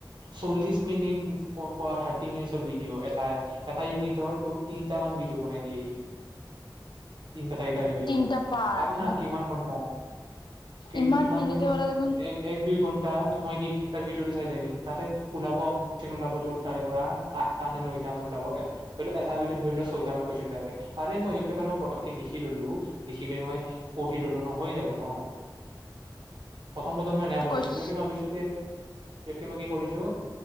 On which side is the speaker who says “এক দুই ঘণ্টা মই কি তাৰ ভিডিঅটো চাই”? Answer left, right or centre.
Right